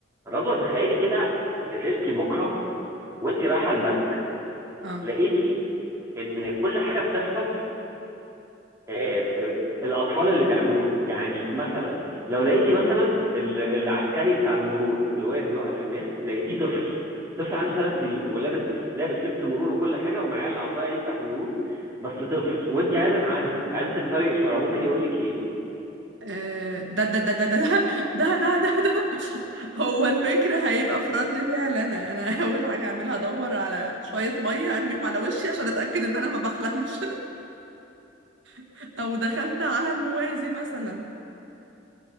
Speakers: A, on the right; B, on the right.
A: رضوى تخيلي كده نزلتي بكره وانت رايحه البنك
B: اه
A: لقيتي ان كل حاجه بتحصل آه، آه، الاطفال اللي بيعملوها يعني مثلا لو لقيتي مثلا ال- العسكري بتاع المرور اللي واقف بيوقف الناس لقيتيه طفل طفل عنده ثلاث سنين ولابس لابس لبس مرور وكل حاجه ومعاه العصايه دي بتاعت المرور بس طفل وانت عايزه تعدي عايزه تكسري اشاره ممكن يقول لك ايه
B: آه، ده ده ده ده ده ده ده ده ده هو الفكر هيبقى في رد فعل انا انا اول حاجه هعملها ادور على شويه ميه ارميهم على وشي عشان اتاكد ان انا ما بحلمش <laughs> او دخلت عالم موازي مثلا